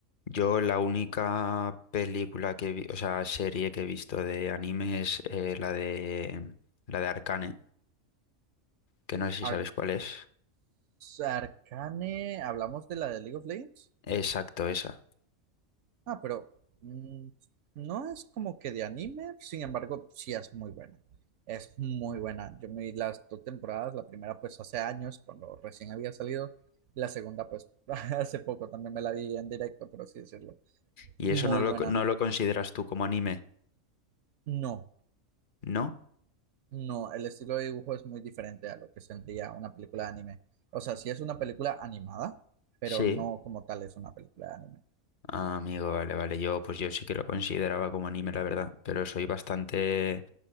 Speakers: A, on the left; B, on the right.
A: Yo la única película que vi, o sea, serie que he visto de anime es eh, la de la de Arcane, que no sé si
B: Ar-
A: sabes cuál es.
B: Arcane, hablamos de la de League of Legends.
A: Exacto, esa.
B: Ah, pero mm, no es como que de anime, sin embargo, sí es muy buena. Es muy buena. Yo me vi las dos temporadas, la primera pues hace años, cuando recién había salido, la segunda pues <laughs> hace poco también me la vi en directo, por así decirlo.
A: Y
B: Muy
A: eso no lo,
B: buena.
A: no lo consideras tú como anime,
B: No,
A: ¿no?
B: no, el estilo de dibujo es muy diferente a lo que sentía una película de anime. O sea, sí es una película animada, pero
A: Sí.
B: no como tal es una película de anime.
A: Ah, amigo, vale, vale. Yo, pues yo sí que lo consideraba como anime, la verdad. Pero soy bastante,